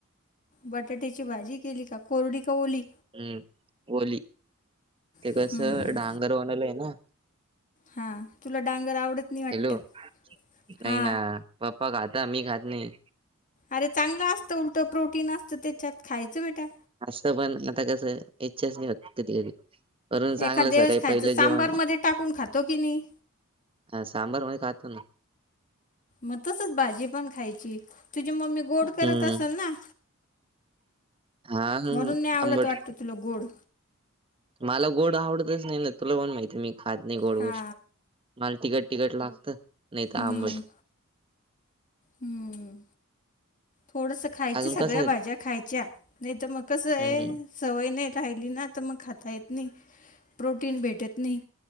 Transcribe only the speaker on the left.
बटाट्याची भाजी केली का कोरडी का ओली
हं,
हा तुला डांगर आवडत नाही वाटत
हा
अरे चांगलं असतं उलट प्रोटीन असतं त्याच्यात खायचं बेटा
एखादवस
खायचं
सांबार
मध्ये टाकून खातो की नाही
मग तसच भाजी पण खायची तुझी मम्मी गोड करत
असेल ना
म्हणून नाही आवडत
वाटत तुला गोड
हा
हम्म
हम्म थोडासा खायच्या
सगळ्या
भाज्या खायच्या नाही तर मग कसं आहे
सवय नाही राहिली ना तर मग खाता येत नाही प्रोटीन भेटत नाही